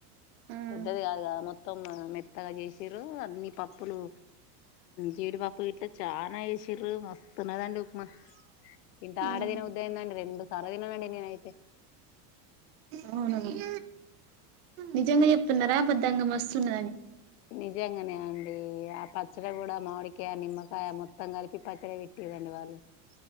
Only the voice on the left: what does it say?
పెద్దది కాగా మొత్త మొత్తం మెత్తగా చేసిర్రు అన్నిీ పప్పులు జీడిపప్పు గట్లో చాలా ఎసిర్రు మస్ స్తుుదండి ఉప్మా ఇంత
ఆడ తిన ఉద్దయందండి రెండు సార్లు తిన్న అండి నేనైతే
నిజంగానే అ ఆ ప పచ్చ కూడా మామిడికాయ నిమ్మకాయ మొత్తం కలిపి పచ్చడి పెట్టరండి వాళ్ళు